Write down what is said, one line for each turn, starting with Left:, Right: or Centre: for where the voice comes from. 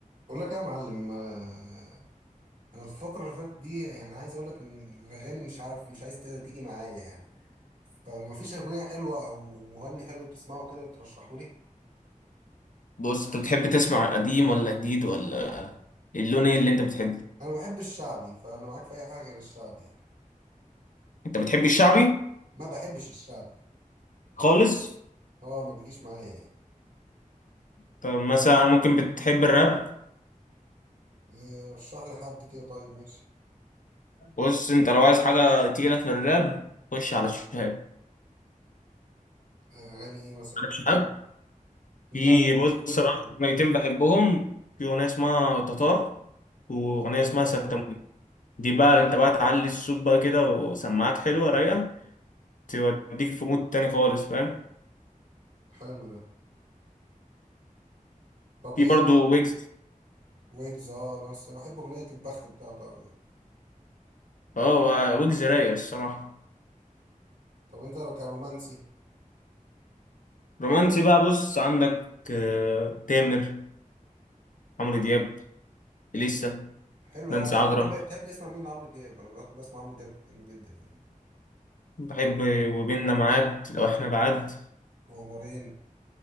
Right: بقول لك إيه يا معلم آه، انا الفتره اللي فاتت دي يعني عايز اقول لك ان الاغاني مش عارف مش عايز تقدر تيجي معايا يعني فما فيش اغنيه حلوه او مغني حلو تسمعه كده ترشحه لي
Left: بص انت بتحب تسمع قديم ولا جديد ولا اللون ايه اللي انت بتحبه
Right: انا ما بحبش الشعبي فانا معاك في اي حاجه غير الشعبي يعني
Left: انت بتحب الشعبي
Right: ما بحبش الشعبي
Left: خالص
Right: هو ما بيجيش معايا يعني
Left: طب مثلا ممكن بتحب الراب
Right: آه، رشح لي حد كده طيب ماشي
Left: بص انت لو عايز حاجه تقيله في الراب خش على شهاب
Right: آه، اغاني ايه مثلا
Left: على شهاب
Right: لا
Left: في بص
Right: ما سمعتوش
Left: انا اكتر
Right: أنا.
Left: اغنيتين بحبهم في اغنيه اسمها تتار واغنيه
Right: آه،
Left: اسمها ستموت دي بقى انت بقى تعلي الصوت بقى كده وسماعات حلوه رايقه توديك في مود تاني خالص فاهم
Right: حلو ده طب
Left: في
Right: ايه
Left: برضه ويجز
Right: ويجز اه انا بس بحب اغنيه البخت بتاعته قوي يعني
Left: اه ويجز رايق الصراحه
Right: طب انت كرومانسي
Left: رومانسي بقى بص عندك آه، تامر عمرو دياب إليسا
Right: حلو
Left: نانسي
Right: قوي انا
Left: عجرم
Right: بحب بتحب تسمع مين لعمرو دياب انا ب- بسمع عمرو دياب حلو جدا يعني
Left: بحب وبيننا ميعاد لو احنا بعاد
Right: قمرين